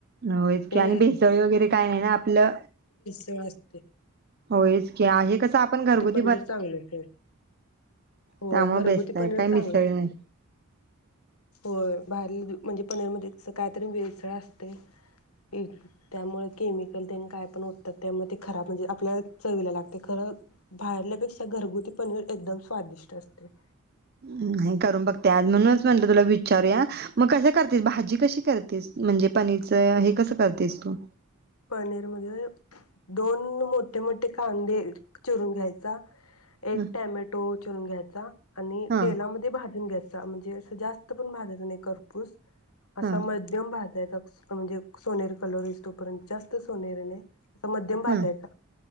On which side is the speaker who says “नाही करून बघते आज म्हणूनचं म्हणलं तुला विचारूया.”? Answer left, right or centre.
Right